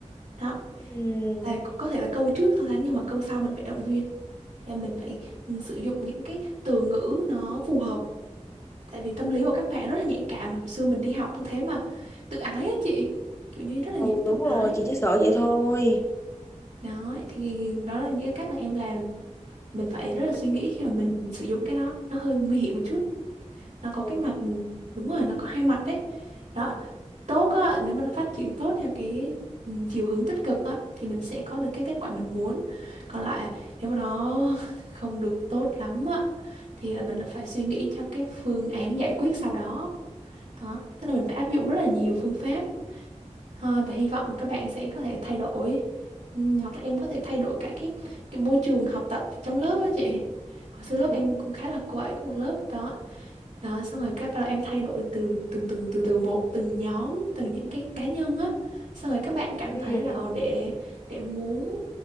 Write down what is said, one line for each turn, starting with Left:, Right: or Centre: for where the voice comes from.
Right: đó
Left: Ừm.
Right: là có thể là câu trước so sánh nhưng mà câu sau mình phải động viên là mình phải ừ, sử dụng những cái từ ngữ nó phù hợp tại vì tâm lý của các bạn rất là nhạy cảm hồi xưa mình đi học cũng thế mà tự ái á chị kiểu như rất là
Left: ừ
Right: dễ tự
Left: đúng rồi
Right: ái
Left: chị chỉ sợ vậy thôi
Right: đó thì đó là những cái cách mà em làm mình phải rất
Left: Nhưng
Right: là
Left: mà
Right: suy nghĩ khi mà mình sử dụng cái đó nó hơi nguy hiểm một chút nó có
Left: ừ
Right: cái mặt ừ, đúng rồi nó có hai mặt đấy đó tốt á, nếu mà nó phát triển tốt theo cái ừ, chiều hướng tích cực á thì mình sẽ có được cái kết quả mình muốn. Còn lại nếu mà nó <laughs> không được tốt lắm á thì là mình là phải suy nghĩ cho cái phương án giải quyết sau đó. Đó, tức là mình phải áp dụng rất là nhiều phương pháp ha, và hy vọng mà các bạn sẽ có thể thay đổi Ừ, hoặc là em có thể thay đổi cả cái cái môi trường học tập trong lớp á chị. Hồi xưa
Left: ừ
Right: lớp em cũng khá là quậy có một lớp đó đó xong rồi các bắt đầu em thay đổi từ từ từ từ từ một từng nhóm từng những cái cá nhân á xong rồi các bạn cảm
Left: ừ
Right: thấy là ờ để để muốn